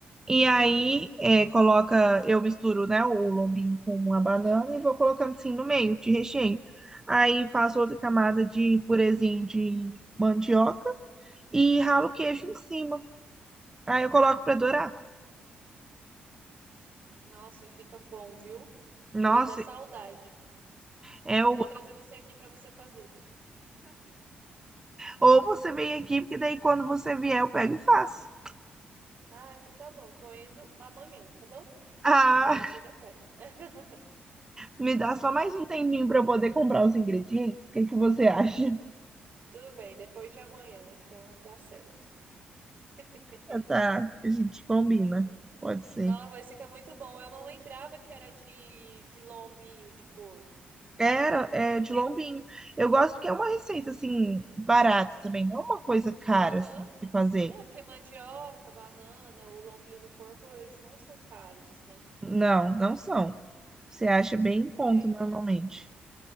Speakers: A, on the right (about 15°); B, on the right (about 55°).
A: E aí, é, coloca, eu misturo, né, o lombinho com uma banana e vou colocando assim no meio de recheio. Aí faço outra camada de purezinho de mandioca e ralo o queijo
B: Uhum.
A: em cima. Aí eu coloco para
B: Hum.
A: dourar.
B: Nossa, e fica bom, viu?
A: Nossa,
B: Deu até saudade.
A: é
B: Acho
A: o...
B: que eu vou trazer você aqui pra você fazer.
A: ou você vem aqui, porque daí quando você vier eu pego e faço. <laughs>
B: Ah, então tá bom. Tô indo amanhã, tá bom?
A: Ah,
B: Aí você já faz. <laughs>
A: me dá só mais um tempinho para eu poder comprar os ingredientes. O que que você acha?
B: Tudo bem, depois de amanhã, então dá certo. <laughs>
A: Ah, Tá, a gente combina. Pode ser.
B: Nossa, mas fica muito bom. Eu não lembrava que era de, de lombinho de porco.
A: Era,
B: Eu não
A: é
B: lembrava.
A: de lombinho. Eu gosto porque é uma receita, assim, barata também. Não é uma coisa cara,
B: Aham.
A: assim, de se fazer.
B: É, porque mandioca, banana, o lombinho do porco, eles não são caros, né?
A: Não, não
B: Então,
A: são. Você acha bem em
B: é
A: conta,
B: bem,
A: normalmente.